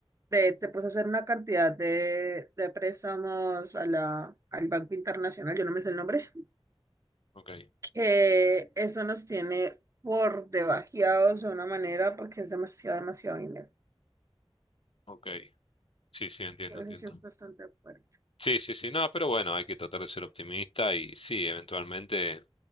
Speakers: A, on the right; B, on the left.
A: De, se puso a hacer una cantidad de, de préstamos a la, al Banco Internacional, yo no me sé el nombre,
B: ok,
A: que eso nos tiene por debajeados de una manera porque es demasiado, demasiado dinero.
B: ok. Sí, sí, entiendo,
A: Entonces
B: entiendo.
A: sí es bastante fuerte.
B: Sí, sí, sí, no, pero bueno, hay que tratar de ser optimista y sí, eventualmente